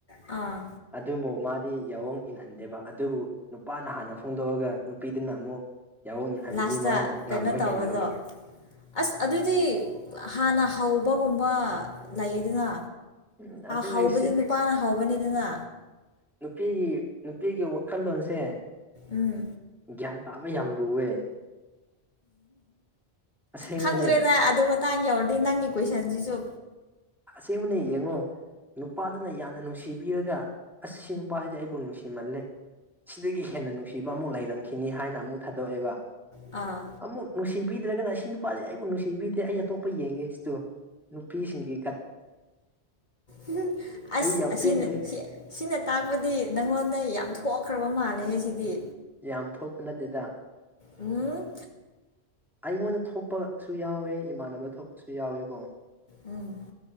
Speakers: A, on the left; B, in the centre.
A: ꯑꯥ
B: ꯑꯗꯨꯕꯨ ꯃꯥꯗꯤ ꯌꯥꯑꯣꯡ ꯏꯟꯍꯟꯗꯦꯕ ꯑꯗꯨꯕꯨ ꯅꯨꯄꯥꯅ ꯍꯥꯟꯅ ꯐꯣꯡꯗꯣꯛꯑꯒ ꯅꯨꯄꯤꯗꯨꯅ ꯑꯃꯨꯛ ꯌꯥꯎꯑꯣꯅꯤ ꯍꯥꯏꯕꯗꯤ
A: ꯂꯥꯁꯇ
B: ꯃꯥꯅ ꯉꯝꯕ
A: ꯀꯩꯅꯣ ꯇꯧꯕꯗꯣ
B: ꯍꯦꯟꯗ꯭ꯔꯕ
A: ꯑꯁ ꯑꯗꯨꯗꯤ ꯍꯥꯟꯅ ꯍꯧꯕꯒꯨꯝꯕ ꯂꯩꯌꯦ ꯑꯗꯨꯅ
B: ꯎꯝ ꯑꯗꯨ ꯑꯣꯏꯔꯁꯨ
A: ꯍꯧꯕꯗꯤ ꯅꯨꯄꯥꯅ ꯍꯧꯕꯅꯤꯗꯅ
B: ꯅꯨꯄꯤꯒꯤ ꯅꯨꯄꯤꯒꯤ ꯋꯥꯈꯜꯂꯣꯟꯁꯦ
A: ꯎꯝ
B: ꯒ꯭ꯌꯥꯟ ꯇꯥꯕ ꯌꯥꯝ ꯂꯨꯋꯦ ꯑꯁꯦꯡꯕꯅꯦ
A: ꯈꯪꯗ꯭ꯔꯦꯗ ꯑꯗꯨ ꯃꯇꯥꯡ ꯌꯧꯔꯗꯤ ꯅꯪꯒꯤ ꯀꯣꯏꯁꯟꯁꯤꯁꯨ
B: ꯑꯁꯉ ꯅ ꯌꯦꯡꯉꯣ ꯅꯨꯄꯥꯗꯨꯅ ꯌꯥꯝꯅ ꯅꯨꯡꯁꯤꯕꯤꯔꯒ ꯑꯁ ꯁꯤ ꯅꯨꯄꯥꯁꯤꯗꯤ ꯑꯩꯕꯨ ꯅꯨꯡꯁꯤꯃꯜꯂꯦ ꯁꯤꯗꯒꯤ ꯍꯦꯟꯅ ꯅꯨꯡꯁꯤꯕ ꯑꯃꯨꯛ ꯂꯩꯔꯝꯈꯤꯅꯤ ꯍꯥꯏꯅ ꯑꯃꯨꯛ ꯊꯥꯗꯣꯛꯑꯦꯕ
A: ꯑꯥ
B: ꯑꯃꯨꯛ ꯅꯨꯡꯁꯤꯕꯤꯗ꯭ꯔꯒꯅ ꯁꯤ ꯅꯨꯄꯥꯥꯔꯤ ꯑꯩꯕꯨ ꯅꯨꯡꯁꯤꯕꯤꯗꯦ ꯑꯩ ꯑꯇꯣꯞꯄ ꯌꯦꯡꯒꯦ ꯁꯤꯇꯣ ꯅꯨꯄꯤꯁꯤꯡꯒꯤ
A: ꯎꯝ ꯑꯁ
B: ꯑꯩ ꯌꯥꯝ ꯄꯦꯟꯗꯦ
A: ꯑꯁꯤ ꯅ ꯁꯤ ꯁꯤꯅ ꯇꯥꯛꯄꯗꯤ ꯅꯪꯉꯣꯟꯗ ꯌꯥꯝ ꯊꯣꯛꯈ꯭ꯔꯕ ꯃꯥꯜꯂꯦ ꯁꯤꯗꯤ
B: ꯌꯥꯝ ꯊꯣꯛꯄ ꯅꯠꯇꯦꯗ
A: ꯎꯝ
B: ꯑꯩꯉꯣꯟꯗ ꯊꯣꯛꯄꯁꯨ ꯌꯥꯎꯋꯦ ꯏꯃꯥꯟꯅꯕ ꯊꯣꯛꯄꯁꯨ ꯌꯥꯎꯋꯦ ꯀꯣ
A: ꯎꯝ